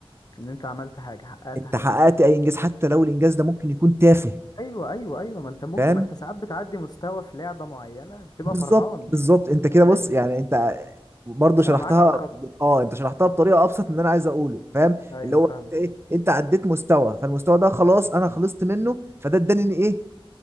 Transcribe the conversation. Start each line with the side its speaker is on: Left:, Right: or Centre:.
Left: ان انت عملت حاجة حققت
Right: انت
Left: حاجة
Right: حققت اي انجاز حتى لو الانجاز ده ممكن يكون تافه
Left: ايوه ايوه ايوه ما انت ممكن
Right: فاهم
Left: ما انت ساعات بتعدي مستوى في لعبة معينة بتبقى
Right: بالظبط
Left: فرحان
Right: بالظبط انت كده
Left: ايوه
Right: بص يعني انت برضه شرحتها
Left: انا معاك على الخط
Right: بت- اه انت شرحتها بطريقه ابسط من اللي انا عايز اقوله فاهم
Left: ايوه
Right: اللي هو
Left: فاهم
Right: انت ايه انت عديت مستوى فالمستوى ده خلاص انا خلصت منه فده اداني ان ايه